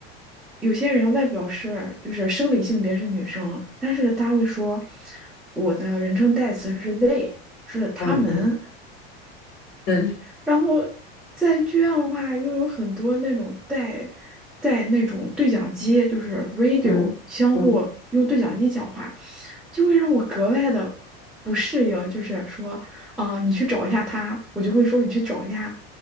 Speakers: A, in the centre; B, on the left.
A: 有些人外表是就是生理性别是女生，但是他会说我的人称代词是 they，是他们。
B: 嗯嗯，对，
A: 然后在剧院的话，又有很多那种带带那种对讲机，就是 radio
B: 嗯嗯，
A: 相互用对讲机讲话，就会让我格外的不适应。就是说，啊、你去找一下他，我就会说你去找一下，